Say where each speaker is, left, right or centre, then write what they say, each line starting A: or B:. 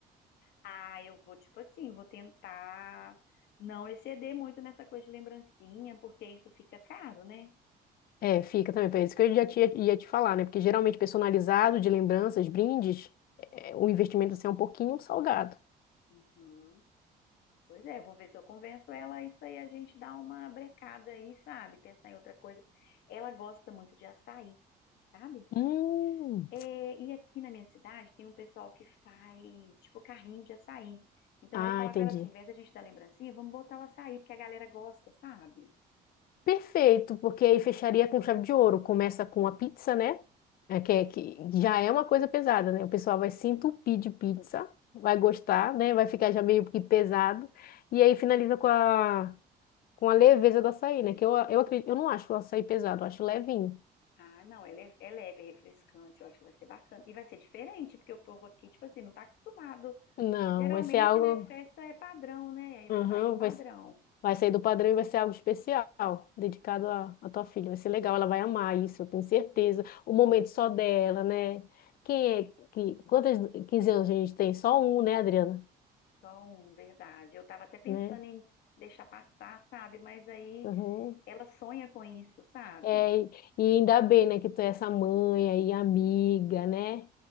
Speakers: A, on the left (about 80°); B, on the left (about 60°).
A: Ah, eu vou, tipo assim, vou tentar não exceder muito nessa coisa de lembrancinha, porque isso fica caro, né?
B: É, fica também, é isso que eu já tinha, ia te falar, né? Porque geralmente personalizado, de lembranças, brindes, é, o investimento assim, é um pouquinho salgado.
A: Uhum. Pois é, vou ver se eu convenço ela, isso aí a gente dá uma brecada aí, sabe? Pensar em outra coisa. Ela gosta muito de açaí, sabe?
B: Hum.
A: É, e aqui na minha cidade tem um pessoal que faz, tipo, carrinho de açaí. Então
B: Ah,
A: eu vou falar
B: entendi.
A: com ela assim, em vez da gente dar lembrancinha, vamos botar o açaí, porque a galera gosta, sabe?
B: Perfeito, porque aí fecharia com chave de ouro. Começa com a pizza, né? É que, é que já é uma coisa pesada, né? O pessoal vai se entupir de pizza, vai gostar, né? Vai ficar já meio que pesado. E aí finaliza com a, com a leveza do açaí, né? Que eu, eu acredito, eu não acho o açaí pesado, eu acho levinho.
A: Ah, não, é leve, é leve, é refrescante, eu acho que vai ser bacana. E vai ser diferente, porque o povo aqui, tipo assim, não tá acostumado.
B: Não,
A: Geralmente,
B: vai ser algo.
A: né, festa é padrão, né? Aí vai
B: Aham,
A: sair do padrão.
B: vai Vai sair do padrão e vai ser algo especial, dedicado à, à tua filha. Vai ser legal, ela vai amar isso, eu tenho certeza. O momento só dela, né? Quem é que. Quantas 15 anos a gente tem? Só um, né, Adriana?
A: Então, verdade. Eu tava até pensando
B: Né?
A: em deixar passar, sabe? Mas aí
B: Uhum.
A: ela sonha com isso, sabe?
B: É, e ainda bem, né, que tu é essa mãe aí, amiga, né?